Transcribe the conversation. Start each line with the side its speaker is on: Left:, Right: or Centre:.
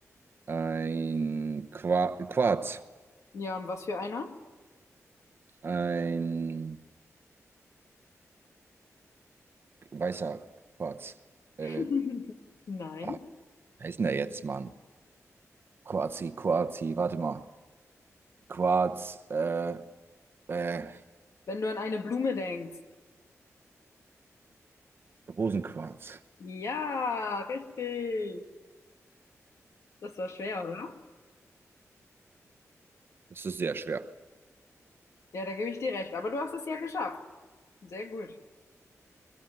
Right: Ein Qua Quarz.
Left: Ja, und was für einer?
Right: Ein weißer Quarz. Äh,
Left: <laughs> Nein.
Right: ah, wer ist denn der jetzt, Mann? Quarzi, Quarzi, warte mal. Quarz, äh, äh,
Left: Wenn du an eine Blume denkst.
Right: Rosenquarz.
Left: Ja, richtig. Das war schwer, oder?
Right: Das ist sehr schwer.
Left: Ja, da gebe ich dir recht. Aber du hast es ja geschafft. Sehr gut.